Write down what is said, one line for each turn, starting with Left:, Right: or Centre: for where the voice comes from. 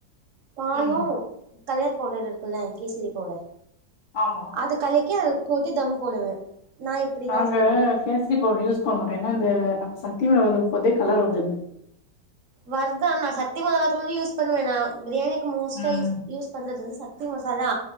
Right: பாலு
Left: ம்.
Right: கலர் பவுடர் இருக்குல்ல கேசரி பவுடர்
Left: ஆமா.
Right: அது கலக்கி அது போத்தி தம் போடுவே நா இப்டிதா
Left: நாங்க
Right: செய்வே
Left: கேசரி பவுட்ரு யூஸ் பண்ண மாட்டோம் ஏன்னா இந்த ஏன்னா சக்தி மெளகா தூள் போட்றதே கலர் வந்துருது
Right: வருதா நா சத்தி மொளகாதூளும் யூஸ் பண்ணுவே நா பிரியாணி மோஸ்ட்டா
Left: ம்,
Right: யூ யூஸ் பண்றது வந்து சத்தி மசாலா